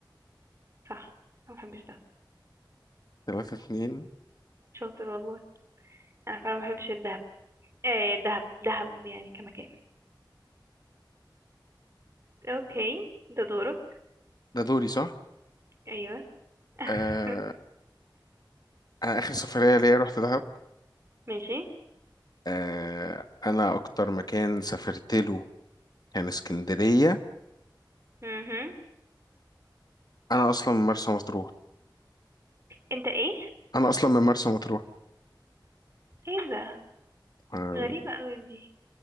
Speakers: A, on the right (about 35°); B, on the left (about 55°).
A: صح انا ما بحبش دهب
B: تلاتة اتنين
A: شاطر والله انا فعلا ما بحبش الدهب ايه دهب دهب يعني كمكان اوكي ده دورك
B: ده دوري صح؟
A: ايوه <laughs>
B: آه أنا آخر سفرية ليا رحت دهب
A: ماشي
B: آه أنا أكتر مكان سافرت له كان اسكندرية
A: مهم.
B: أنا أصلا من مرسى مطروح
A: انت ايه
B: أنا أصلا من مرسى مطروح
A: ايه ده
B: آه،
A: غريبه قوي دي